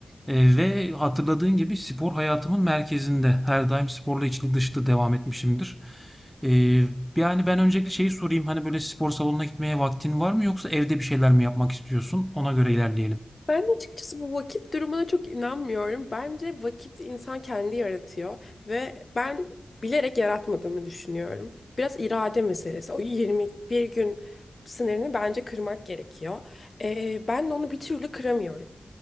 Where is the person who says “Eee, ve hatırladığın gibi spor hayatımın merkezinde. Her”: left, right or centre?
Centre